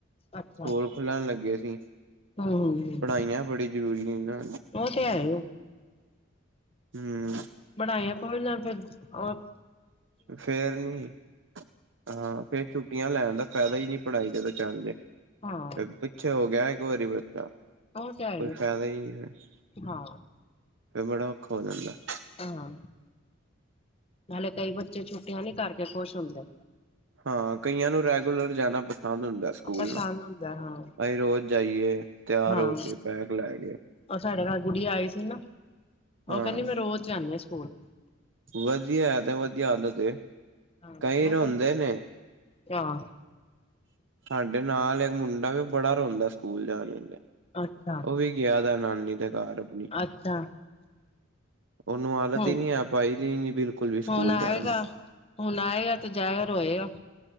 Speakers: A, on the left; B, on the right.
A: ਅੱਛਾ
B: ਸਕੂਲ ਖੁੱਲਣ ਲੱਗੇ ਸੀ।
A: ਹੂੰ
B: ਪੜ੍ਹਾਈਆਂ ਬੜੀ ਜ਼ਰੂਰੀ ਨੇ।
A: ਉਹ ਤੇ ਹੈ ਹੀ
B: ਹੂੰ
A: ਪੜਾਈਆਂ ਕੋਈ ਨਾ ਫਿਰ, ਉਹ
B: ਫੇਰ ਨੀ, ਹਾਂ ਫੇਰ ਛੁੱਟੀਆਂ ਲੈਣ ਦਾ ਫਾਇਦਾ ਹੀ ਨੀ। ਪੜ੍ਹਾਈ ਜਦੋਂ ਚੱਲ ਪਏ। ਫਿਰ
A: ਹਾਂ
B: ਪਿੱਛੇ ਹੋ ਗਿਆ ਇੱਕ ਵਾਰੀ ਫਿਰ ਤਾਂ
A: ਉਹ ਤੇ ਹੈ
B: ਕੋਈ ਫਾਇਦਾ ਹੀ ਨਹੀਂ ਫਿਰ।
A: ਹਾਂ
B: ਬੜਾ ਔਖਾ ਹੋ ਜਾਂਦਾ।
A: ਹਾਂ-ਹਾਂ, ਨਾਲੇ ਕਈ ਬੱਚੇ ਛੁੱਟੀਆਂ ਨੀ ਕਰਕੇ ਖੁਸ਼ ਹੁੰਦੇ।
B: ਹਾਂ ਕਈਆਂ ਨੂੰ ਰੈਗੂਲਰ ਜਾਣਾ ਪਸ ਪਸੰਦ ਹੁੰਦਾ ਸਕੂਲ
A: ਪਸੰਦ
B: ਨਾ,
A: ਹੁੰਦਾ ਹਾਂ
B: ਤਾਂਹੀ ਰੋਜ਼ ਜਾਈ ਏ, ਤਿਆਰ
A: ਹਾਂ
B: ਹੋ ਕੇ ਬੈਗ ਲ ਕੇ।
A: ਉਹ ਸਾਡੇ ਨਾਲ ਗੁੜੀਆ ਆਈ ਸੀ ਨਾ,
B: ਹਾਂ
A: ਉਹ ਕਹਿੰਦੀ, ਮੈਂ ਰੋਜ਼ ਜਾਂਨੀ ਆ ਸਕੂਲ।
B: ਵਧੀਆ ਏ ਤੇ ਵਧੀਆ ਆਦਤ ਏ, ਤੇ
A: ਹਾਂ ਮੈਂ
B: ਕਈ ਰੋਂਦੇ ਨੇ।
A: ਹਾਂ ਅ।
B: ਸਾਡੇ ਨਾਲ ਇੱਕ ਮੁੰਡਾ ਵੇ, ਔ ਬੜਾ ਰੋਂਦਾ, ਸਕੂਲ ਜਾਣ ਵਲੇ।
A: ਅੱਛਾ।
B: ਵੀ ਗਿਆ ਦਾ, ਨਾਨੀ ਦੇ ਘਰ। ਆਪਣੀ
A: ਅੱਛਾ।
B: ਉਹਨੂੰ ਆਦਤ
A: ਹੂੰ
B: ਹੀ ਨਹੀ ਐ, ਆ ਪਾਈ ਦੀ ਬਿਲਕੁਲ ਵੀ ਸਕੂਲ
A: ਹੁਣ ਆਏਗਾ
B: ਜਾਣ ਦੀ।
A: ਹੁਣ ਆਏਗਾ ਤੇ ਜਾਏਗਾ, ਰੋਏਗਾ।